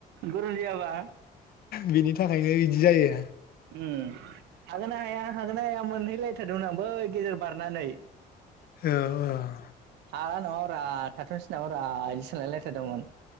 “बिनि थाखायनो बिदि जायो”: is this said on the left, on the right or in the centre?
Left